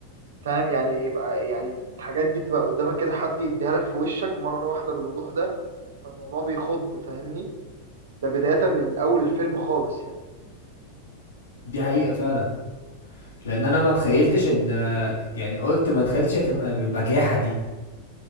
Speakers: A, on the right; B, on the left.
A: فاهم يعني يبقى يعني الحاجات دي تبقى قدامك كده حد يديها لك في وشك مرة واحدة بالوضوح ده فالموضوع بيخض فاهمني ده بداية من اول الفيلم خالص يعني
B: دي حقيقه فعلا لان انا ما تخيلتش ان يعني قلت ما تخيلتش هتبقى بالبجاحه دي